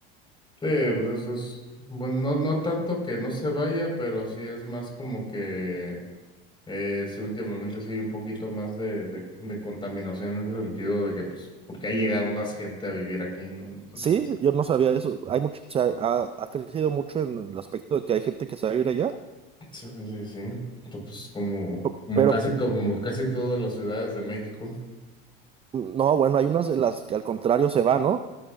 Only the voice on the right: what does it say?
Sí, yo no sabía eso. Hay mucho, o sea, ha, ha crecido mucho en el aspecto de que hay gente que se va a ir allá,
p-
pero
mm, no, bueno, hay unas de las que al contrario se van, ¿no?